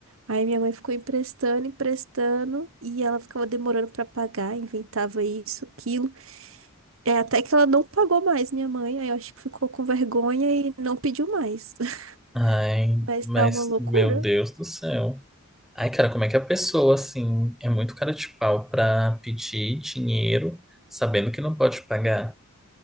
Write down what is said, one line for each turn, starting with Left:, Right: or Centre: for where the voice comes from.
Right: Aí minha mãe ficou emprestando, emprestando, e ela ficava demorando pra pagar, inventava isso, aquilo. É, até que ela não pagou mais minha mãe, aí eu acho que ficou com vergonha e não pediu mais. <laughs>
Centre: Ai,
Right: Mas
Centre: mas,
Right: tá uma loucura.
Centre: meu Deus do céu. Ai, cara, como é que a pessoa, assim, é muito cara de pau pra pedir dinheiro sabendo que não pode pagar?